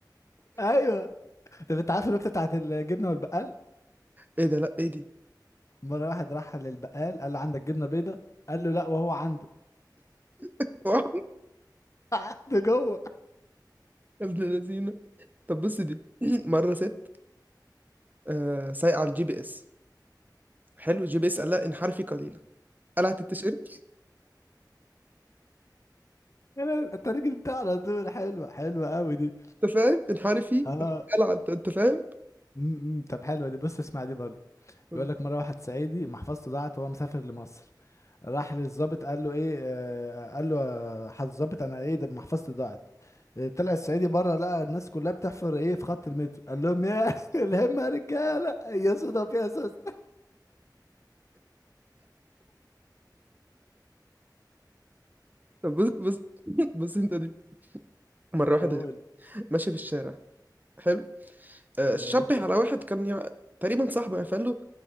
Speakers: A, on the left; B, on the right.
A: <laughs> ايوه طب انت عارف الوقت بتاعت الجبنه والبقال
B: ايه ده لا ايه دي
A: مره واحد راح للبقال قال له عندك جبنه بيضه قال له لا وهو عنده
B: <laughs> يا
A: <laughs> ده جوه
B: ابن اللذينة طب بص دي <clears throat> مرة ست آه سايقة على الجي بي اس حلو الجي بي اس قال لها انحرفي قليلا قلعت التيشيرت
A: انا- انت راجل بتاع على طول حلوه حلوه قوي دي
B: انت فاهم انحرفي
A: اه
B: قلعت انت فاهم
A: م- م. طب حلوه دي بص اسمع دي برضه
B: قول.
A: بيقول لك مره واحد صعيدي محفظته ضاعت وهو مسافر لمصر راح للظابط قال له ايه آه قال له يا حضرة الظابط انا ايه ده محفظتي ضاعت آه، طلع الصعيدي بره لقى الناس كلها بتحفر ايه في خط المترو قال لهم يا <laughs> الهمه يا رجاله يا صدف يا سوس
B: طب بص بص <laughs> بص انت دي مره واحد
A: قول
B: غير- ماشي في الشارع حلو آه، شبه
A: ماشي
B: على واحد كان يع... تقريبا صاحبه يعني فقال له